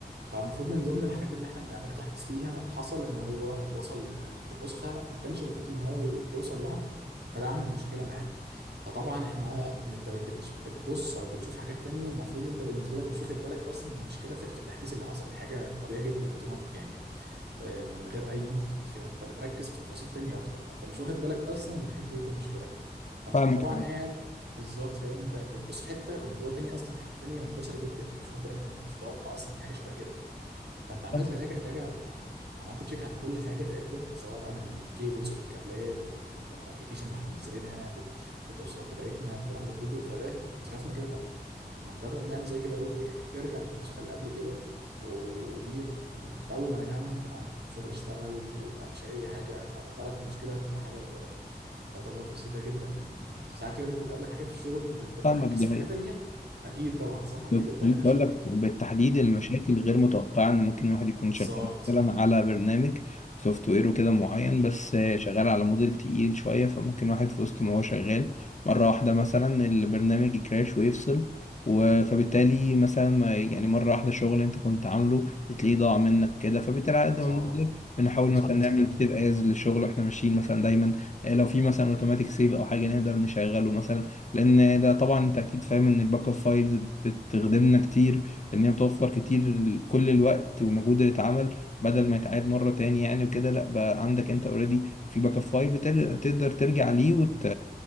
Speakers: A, on the right; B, on the left.
A: فالمفروض من ضمن الحاجات اللي احنا بنعملها تحديث ليها حصل ان هو وصل لن- لنسخه ما كانش المفروض ان هو يو- يوصل لها فده عمل مشكله معانا فطبعا احنا بت- بت- بتبص او بتشوف حاجات تانية المفروض انت بالنسبه لك مش واخد بالك اصلا من المشكله في في التحديث اللي حصل دي حاجه طبيعيه جدا اوتوماتيك يعني آه، من غير اي انت تحط فيها انت بتركز في تفاصيل تانية اكتر فانت مش واخد بالك اصلا من الحته دي دي المشكله فمع
B: فاهمك
A: طبعا قاعد بالظبط فاهم انت انت بتبص في حته والموضوع تاني اصلا في حته تانية والموضوع سريع جدا انت مش واخد بالك منه انت مش متوقع اصلا من حاجه شبه كده فانت عمال
B: فاهمك
A: تراجع تراجع احنا عملت تشيك على كل حاجه تقريبا سواء بقى من من الكيبلز والكابلات وال- والابلكيشن اللي احنا منزلينها وال- والتوصيلات بتاعتنا والكلام ده كله فبدأ اكتشفنا كده طب ما نجرب نعمل زي كده رول باك انك ترجع للنسخه اللي قبل كده ودي م، اول ما رجعنا طبعا الشغل اشتغل وما فيش اي حاجه فطلعت المشكله تبقى حاجه يعني تعتبر بسيطه جدا من ساعات كده ممكن تقابلك حاجات في الشغل انت بتبقى
B: فاهمك،
A: مركز
B: دي
A: في
B: حقيقة.
A: حاجه تانيه اكيد طبعا صح اكيد
B: كنت
A: قابلتك
B: بقول
A: حاجات شبه
B: لك
A: كده
B: بالتحديد المشاكل غير متوقعة ان ممكن الواحد يكون
A: بالظبط
B: شغال مثلا على برنامج سوفت وير وكده معين بس شغال على موديل تقيل شوية فممكن واحد في وسط ما هو شغال مرة واحدة مثلا البرنامج يكراش ويفصل و- فبالتالي مثلا ما- يعني مرة واحدة شغل انت كنت عامله تلاقيه ضاع منك كده فبالتالي على قد
A: صح
B: ما بنقدر بنحاول
A: مظبوط
B: مثلا نعمل
A: صح
B: سيف از للشغل واحنا ماشيين مثلا دايما آه، لو في مثلا اوتوماتيك سيف او حاجة نقدر نشغله مثلا لان ده طبعا انت اكيد فاهم ان الباك اب فايلز بتخدمنا كتير لان هي بتوفر كتير ال- كل الوقت ومجهود اللي اتعمل بدل ما يتعاد مره تاني يعني وكده لا بقى عندك انت اوريدي في باك اب فايل بتقدر تقدر ترجع ليه وت...